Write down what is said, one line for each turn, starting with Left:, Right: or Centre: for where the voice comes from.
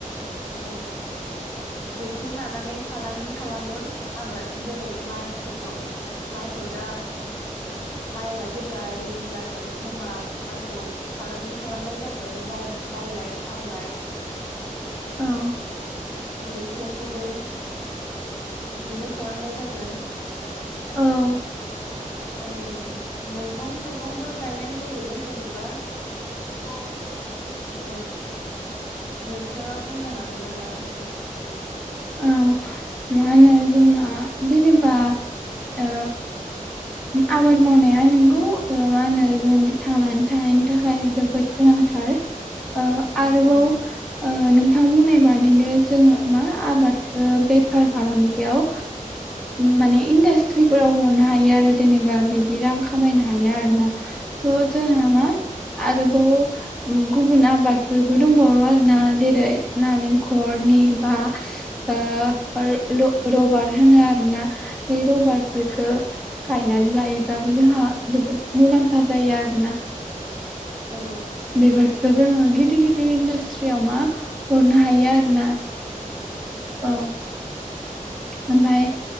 Left: औ बेखौ लानानै फालांगि खालामो आबाद जेरै माइफोरखौ माइखौ दा माइआ जेब्ला रेडि जागोन होनबा माइखौ फालांगि खालामनाय जागोन बायलाय फानलाय
Centre: औ
Left: बेसोरखौबो बिदिनो खालामनाय जागोन।
Centre: औ
Left: औ मैगं थाइगंबो गायनाय जायो जेनेबा
Centre: अ
Left: औ नोंथाङा बुंनो हागोन नामा एसे
Centre: औ मा होनो जोंना जेनेबा‌ ओ आबाद मावनाया नोंगौ मा होनो जोंनि थांनानै थानायनि थाखाय जोबोद गोनांथार ओ आरोबाव
Left: औ
Centre: ओ औनोंथां बुंनाय बादिनो जोङो मा आबादखौ बेफार फालांगियाव माने इन्डास्ट्रिफोरा हरनो हायो आरो जेनेबा बिदि रां खामायनो हाया आरोना थ जोंहा मा आरोबाव गुबुन आबादफोरबो दंबावो आरोना जेरै नारेंखलनि बा ओ ल'-ल'-रबार होनो आरोना बे रबारफोरफोरखो गायनानै लायोब्लााबबो जोंहा जोबोद मुलाम्फा जायो आरोना।
Left: औ
Centre: बेफोरखौ जोङो गिदिर गिदिर इन्डास्ट्रियाव मा हरनो हायो आरोना औ ओमफाय